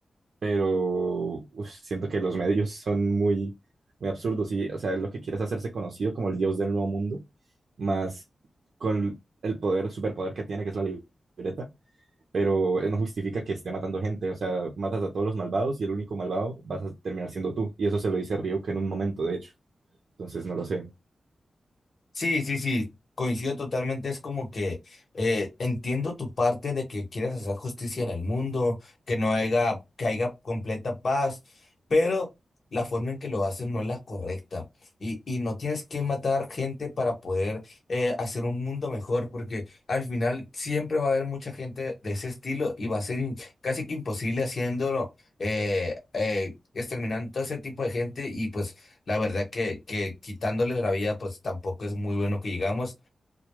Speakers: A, on the right; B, on the left.
A: pero uf, siento que los medios son muy, muy absurdos y, o sea, lo que quieres hacerse conocido como el dios del nuevo mundo, más con el poder, superpoder que tiene, que es la libreta, pero eh, no justifica que esté matando gente, o sea, matas a todos los malvados y el único malvado vas a terminar siendo tú, y eso se lo dice Ryuk en un momento, de hecho, entonces no lo sé,
B: Sí, sí, sí, coincido totalmente. Es como que eh, entiendo tu parte de que quieres hacer justicia en el mundo, que no haya, que haya completa paz, pero la forma en que lo haces no es la correcta. Y, y no tienes que matar gente para poder eh, hacer un mundo mejor, porque al final siempre va a haber mucha gente de ese estilo y va a ser in- casi que imposible haciéndolo, eh, eh, exterminando todo ese tipo de gente y pues la verdad que, que quitándole la vida, pues tampoco es muy bueno que digamos,